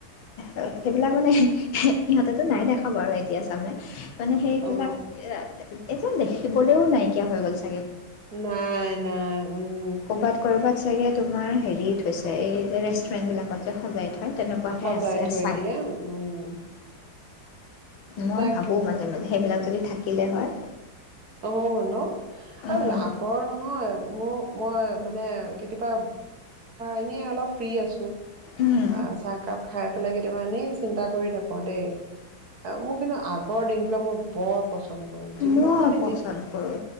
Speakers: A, on the left; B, on the right.
A: আৰু সেইবিলাক মানে ইিহঁতেতো নাই দেখাব আৰু এতিয়া চামে মানে সেইবিলাক
B: অ
A: এতিয়া দেখিবলৈও নাইকিয়া হৈ গ'লছে?
B: নাই নাই উম।
A: ক'ৰবাত ক'ৰবাত চাগে তোমাৰ হেৰিত হৈছে এই যে ৰেষ্ট ব্ৰেণ্ডবিলাকত যে সজাই থয় তেনেকুৱাহে
B: সজাই
A: আছে
B: থৈ
A: চাগে
B: দিয়া উম।
A: মই
B: তাকে
A: ভাবো মাজে মাজে সেইবিলাক? যদি থাকিলে হয়।
B: অ ন
A: উম
B: আৰু আগৰ নহয় মোৰ। মই মানে কেতিয়াবা এনে অলপ ফ্ৰী আছো।
A: উম
B: অঁ চাহকাপ খাই। খাই পেলাই কেতিয়াবা এনেই চিন্তা কৰি থাকো দেই মোৰ কিন্তু আগৰ দিনবিলাক মোৰ বৰ পচন্দ। কৰো যিমান।
A: মই পচন্দ কৰোঁ